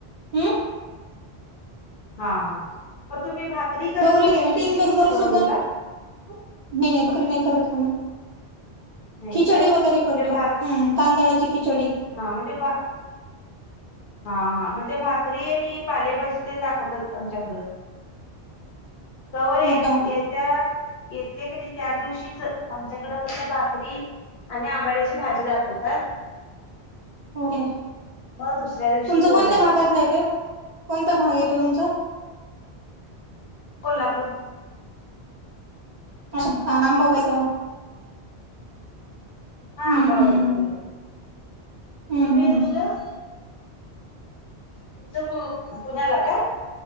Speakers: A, on the right; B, on the left.
A: हम्
B: हा हा मग तुम्ही भाकरी करत
A: गौरी
B: नाही एक दिवशी
A: तीन बस घरी
B: गौरीला
A: सो नाही नाही भाकरी नाही करत आम्ही.
B: नाही
A: खिचडी
B: काय म्हणजे
A: वगैरे करतो
B: भाक
A: तांदळाची खिचडी
B: हा म्हणजे बा हा हा म्हणजे भाकरी आणि पालेभजी तेनं दाखवतात आमच्याकडं
A: <unintelligible>
B: गवर येत
A: आता
B: येत्या येते की त्या दिवशीच आमच्याकडं कसं भाकरी आणि आंबाड्याची भाजी दाखवतात.
A: ओके
B: मग दुसऱ्या दिवशी
A: तुमचं
B: पोळी
A: कोणत्या
B: असते
A: भागातलं येतं कोणता भाग येतो तुमचा
B: कोल्हापूर
A: अच्छा अंबाबाईचं
B: हा
A: हम्म
B: आंबाबाई
A: हम्म.
B: कोल्हापुर
A: हम्म
B: तुम्ही
A: हम्म.
B: कुठं तुमचं कुळ पुण्याला काय